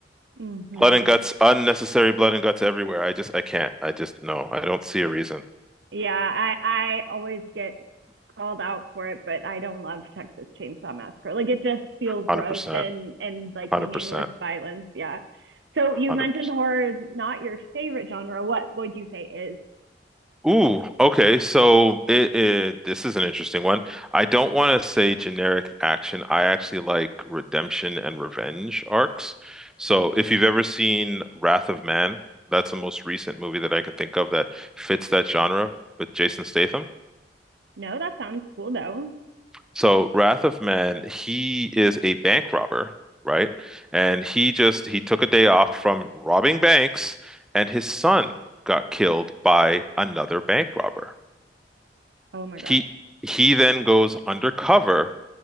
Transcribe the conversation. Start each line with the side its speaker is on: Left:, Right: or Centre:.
Right: Mm-hmm.
Centre: Blood and guts, unnecessary blood and guts everywhere. I just, I can't. I just, no, I don't see a reason.
Right: Yeah, I I always get called out for it, but I don't love Texas Chainsaw Massacre. Like it just feels
Centre: 100%,
Right: gross and and like
Centre: 100%,
Right: meaningless violence. Yeah. So
Centre: 100%.
Right: you mentioned horror is not your favorite genre. What would you say is?
Centre: Ooh, okay. So it, it this is an interesting one. I don't want to say generic action. I actually like redemption and revenge arcs. So if you've ever seen Wrath of Man, that's the most recent movie that I can think of that fits that genre with Jason Statham.
Right: No, that sounds cool though.
Centre: So Wrath of Man, he is a bank robber, right? And he just he took a day off from robbing banks, and his son got killed by another bank robber.
Right: Oh my gosh.
Centre: He he then goes undercover